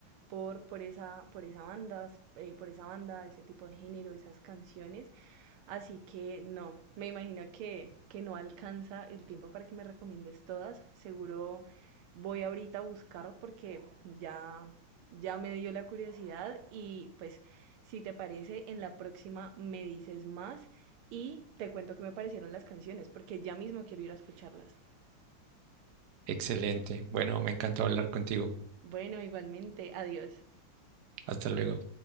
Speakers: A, on the right; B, on the right.
A: por, por esa, por esa banda, eh, por esa banda, ese tipo de género, esas canciones. Así que no, me imagino que, que no alcanza el tiempo para que me recomiendes todas. Seguro voy ahorita a buscar porque ya, ya me dio la curiosidad y pues si te parece, en la próxima me dices más y te cuento qué me parecieron las canciones porque ya mismo quiero ir a escucharlas.
B: Excelente. Bueno, me encantó hablar contigo.
A: Bueno, igualmente, adiós.
B: Hasta luego.